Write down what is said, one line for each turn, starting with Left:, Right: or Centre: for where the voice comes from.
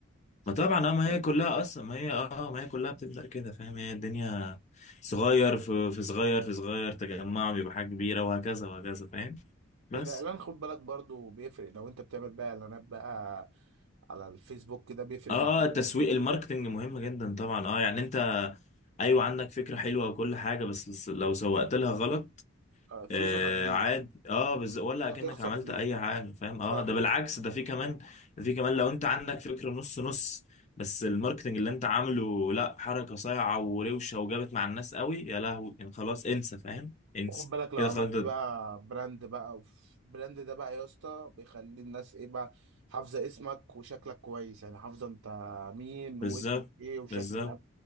Right: مش
Left: ما طبعا
Right: لازم نبدأ
Left: اه ما هي
Right: بسوق
Left: كلها
Right: يعني
Left: اصلا ما هي اه ما هي كلها بتبدا كده فاهم هي الدنيا صغير في في صغير في صغير تجمع بيبقى حاجه كبيره وهكذا وهكذا فاهم بس
Right: الإعلان خد بالك برضو بيفرق لو أنت بتعمل بقى إعلانات بقى على الفيسبوك كده بيفرق
Left: اه
Right: معاك جدا
Left: اه التسويق الماركتنج مهم جدا طبعا اه يعني انت ايوه عندك فكره حلوه وكل حاجه بس لو سوقت لها غلط
Right: آه، فلوسك
Left: آه
Right: هتضيع
Left: عادي اه بز... ولا
Right: هتخسر
Left: اكنك عملت
Right: فلوس
Left: اي حاجه فاهم
Right: صح
Left: اه ده بالعكس
Right: كده.
Left: ده في كمان ده في كمان لو انت عندك فكره نص نص بس الماركتنج اللي انت عامله لا حركه صايعه وروشه وجابت مع الناس قوي يا لهوي يعني خلاص انسى فاهم انسى
Right: وخد بالك لو
Left: كده
Right: عملت
Left: خلاص ده-
Right: بقى براند بقى اوف براند ده بقى يا اسطى بيخلي الناس ايه بقى حافظه اسمك وشكلك كويس يعني حافظه انت مين
Left: بالظبط
Right: واسمك ايه وشكلك
Left: بالظبط
Right: عامل